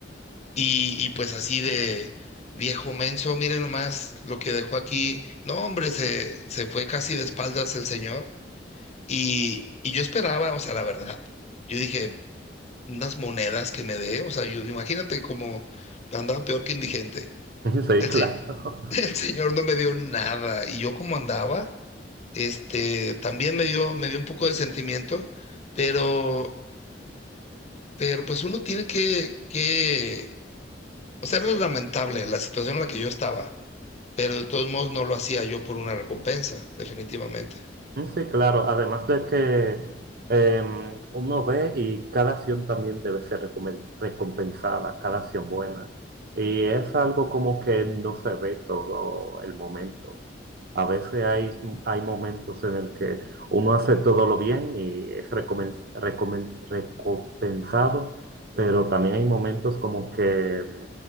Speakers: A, on the left (about 35°); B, on the right (about 55°).
A: y, y pues así de viejo menso, mire nomás lo que dejó aquí. No, hombre, se, se fue casi de espaldas el señor. Y, y yo esperaba, o sea, la verdad, yo dije, unas monedas que me dé, o sea, yo imagínate como andaba peor que indigente.
B: Sí,
A: El,
B: claro.
A: se- <laughs> el señor no me dio nada y yo como andaba, este, también me dio, me dio un poco de sentimiento, pero, pero pues uno tiene que, que, o sea, era lamentable la situación en la que yo estaba pero de todos modos no lo hacía yo por una recompensa, definitivamente.
B: Sí, claro. Además de que em, uno ve y cada acción también debe ser recomen- recompensada, cada acción buena. Y es algo como que no se ve todo el momento. A veces hay, hay momentos en el que uno hace todo lo bien y es recomen- recomen- recompensado, pero también hay momentos como que